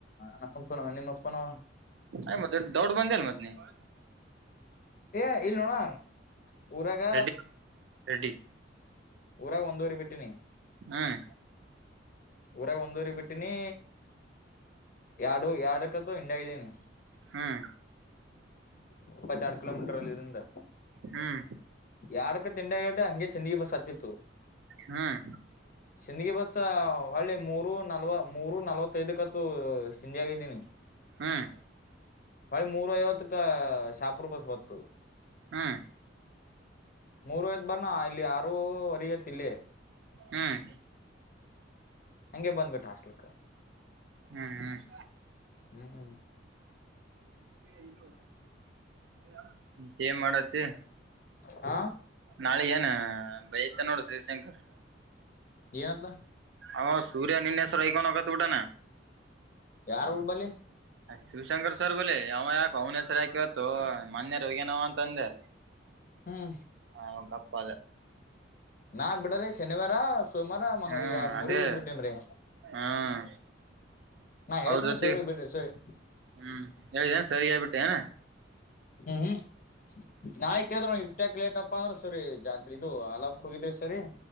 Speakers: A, on the left; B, on the right.
A: ನಾಪ್ಪನೋ ನೀಪ್ಪನೋ
B: ಯ್ ಮದೆ ಡೌಡ್ ಬಂದಿಲ್ ಮತ್ನಿ
A: ಏ ಇಲ್ ನೋಣ ಊರಾಗ
B: ರೆಡ್ಡಿ ರೆಡಿ
A: ಊರಾಗ ಒಂದೂರಿಗೆ ಬಿಟ್ಟಿನಿ
B: ಹ್ಮ್
A: ಊರಾಗ ಒಂದೂರಿ ಬಿಟ್ಟಿನಿ ಎರಡು ಎರಡಕತ ಹಿಂಡಾಗಿದೀನಿ
B: ಹ್ಮ್
A: ಇಪ್ಪತ್ತ ಆಡ್ ಕಿಲೋಮೀಟರ್ ಅಲ್ಲಿ ಇದರಿಂದ
B: ಹ್ಮ್
A: ಯಡಕ್ಕ ತಿಂಡಿಡ ಹಂಗೆ ಸಂದಿಗಿ ಬಸ್ತಿತ್ತು
B: ಹ್ಮ್
A: ಚಿಂದಗಿ ಬಸ್ ಹೊಳ್ಳೆ ಮೂರು ನಲ್ವ ಮೂರು ನಾಲ್ವತ್ತೈದಕತ್ತುೂ ಸಿಿಂದಿ ಆಗಿದ್ದೀನಿ
B: ಹ್ಮ್
A: ಮಳೆ ಮೂರು ಐವತ್ತಕ್ಕ ಶಾಪರ್ ಬಸ್ ಬತ್ತು
B: ಹ್ಮ್
A: ಮೂರು ಆಯ್ತು ಬಂದ್ನಾ ಆರೂವರೆಯತ್ತಿಲ್ಲಿ
B: ಹ್ಮ್
A: ಹಂಗೆ ಬಂದ್ಬಿಟ್ಟು ಹಾಸ್ಲ್ಕ್
B: ಹ್ಮ್ ಹ್ಮ್
A: ಹ್ಮ್ ಹ್ಮ್
B: ಏ ಇದು ಆಯಾ ತೇಮ್ ಮಾಡಂತಿ
A: ಹ
B: ನಾಳೆ ಏನಾ ಬೈ ಮತ್ತೆ ನೋಡು ಶಿವ್ಶಂಕರ್
A: ಏನ್ಲಾ
B: ಅವ ಸೂರ್ಯ ನಿನ್ನ ಹೆಸರ್ ವೈಕನ್ ಹೋಗ್ವುಟನೆ
A: ಯಾರ್ ಊರ್ ಬಲ್ಲಿ
B: ಶಿವಶಂಕರ್ ಸರ್ ಹೋಲೆ ಅವ ಯಾಕ ಅವ್ನ ಹೆಸವರ್ ಯಾಕೆತ್ತು ಮನ್ಯರ್ ಹೋಗೇನವ ಅಂತ ಅಂದೆ
A: ಹ್ಮ್
B: ಅವಂಗಪ್ಪಾದ
A: ನಾ ಬಿಡಲಿ ಶನಿವಾರ ಸೋಮಾರ ಮಂಗಗಳ
B: ಹ್ಮ್
A: ಮೂರೇ
B: ಅದೇ
A: ಹುಟ್ಟಿಬ್ರೀ
B: ಹ್ಮ್
A: ನಾ ಹೇಳ್ತೇನ
B: ಅವ್ರ ಜೊತೆ
A: ಸೋರಿ ಬಿಡ್ರಿ ಸೋರಿ
B: ಹ್ಮ್ ಏಲಿಯನ್ ಸರಿಗೆ ಬಿಟ್ಟೆಯಾ
A: ಹ್ಮ್ ಹ್ಮ್ ನಾಯಕ್್ ಇಟ್ಟಕ್ ಲೇಟ್ಪ್ಪ ಅಂದ್ರ ಸರಿ ಜಾತ್ರೆ ಇದು ಆಲಾಬ್ಕ್ ಹೋಗಿದ್ರಿ ಸರ್